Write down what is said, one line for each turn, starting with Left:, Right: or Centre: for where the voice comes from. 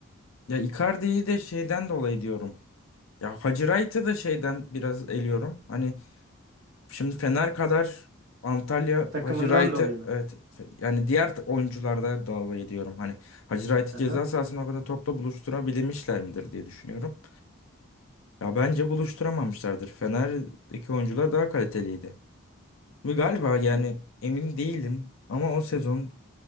Left: ya Icardi'yi de şeyden dolayı diyorum. Ya Hacı Wright'ı da şeyden biraz eliyorum. Hani Şimdi Fener kadar Antalya
Right: Takımından
Left: Hacı Wright'ı
Right: dolayı mı?
Left: evet fe- yani diğer t- oyuncularda dalga ediyorum. Hani Hacı Wright'ı
Right: Aha.
Left: ceza sahasına o kadar topla buluşturabilmişler midir diye düşünüyorum. Ya bence buluşturamamışlardır. Fener'deki oyuncular daha kaliteliydi. Ve galiba yani
Right: Ee,
Left: emin değilim ama o sezon